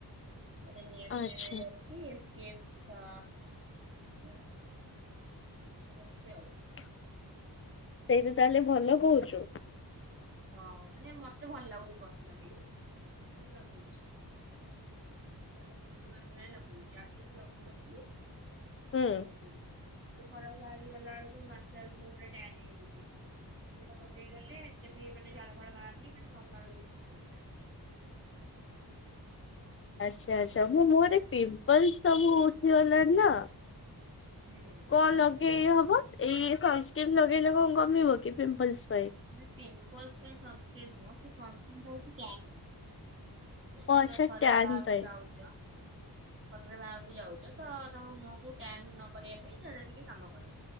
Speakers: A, on the right; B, on the left.
A: ଏଥିରେ ନିଆସିନେମାଇଡ
B: ଆଚ୍ଛା।
A: ଅଛି। ଅଛି ଏତି ସବୁ ଅଛି ଆଉ।
B: ସେଇଟା ତାହେଲେ ଭଲ କହୁଛୁ?
A: ହଁ ମାନେ ମତେ ଭଲ ଲାଗୁଛି ପର୍ସନାଲି ତ ମୁ ଲଗଉଛି। ଏ ଦି ମାସ ହେଲା ଲଗଉଛି ଆଗରୁ ଲଗଉନଥିଲି ଏଵେ
B: ହୁଁ।
A: ଲଗଉଚି। ଏମିତି ଖରାକୁ ବାହାରି ଗଲା ବେଳକୁ ଆସିଲା ବେଳକୁ ମୁହଁ ପୁରା ଟାନ୍ ହେଇଯାଉଛି। ସେଟା ଲଗେଇଗଲେ ଏତେ ବି ମାନେ ଝାଳ ଫାଳ ବାହାରନି ମାନେ ନର୍ମାଲ ରହୁଛି ସ୍କିନ୍ ଟା।
B: ଆଚ୍ଛା ଆଚ୍ଛା। ମୁଁ ମୋ ମୁହଁ ପିମ୍ପଲସ ସବୁ ଉଠିଗଲାଣି ନା
A: ହୁଁ
B: କଣ ଲଗେଇବି? ଏଇ ସନ୍ସ୍କ୍ରିନ୍ ଲଗେଇଲେ କଣ କମିବ କି ପିମ୍ପଲ୍ସ?
A: ମାନେ ପିମ୍ପଲସ ପାଇଁ ସନସ୍କ୍ରି ନ୍ନୁହ କି ସନସ୍କ୍ରିନ୍ ହଉଛି ଟାନ ପାଇଁ। ଯଦି
B: ଓ
A: ତମେ
B: ଆଚ୍ଛା
A: ଖରାରେ
B: ଟ୍ୟାନ୍
A: ବାହାରକୁ
B: ପାଇଁ
A: ଯାଉଛ ଖରାରେ ବାହାରକୁ ଯାଉଛ ତ ତମ ମୁହକୁ ଟାନ ନକରିବା ପାଇଁ ସେଟା ଟିକେ କାମ କରେ